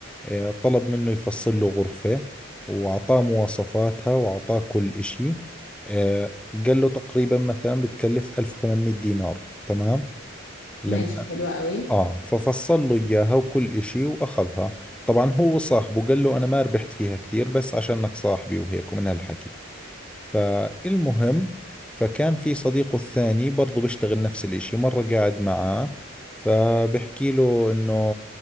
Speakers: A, in the centre; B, on the left.
A: آه، طلب منه يفصل له غرفة وأعطاه مواصفاتها وأعطاه كل إشي آه، قال له تقريبا مثلا بتكلف 1800 دينار تمام لما
B: ماشي حلوة قوي
A: آه ففصل له إياها وكل إشي وأخذها طبعا هو صاحبه قال له أنا ما ربحت فيها كثير بس عشانك صاحبي وهيك ومن هالحكي فالمهم فكان في صديقه الثاني برضه بيشتغل نفس الإشي مرة قاعد معاه فبحكي له إنه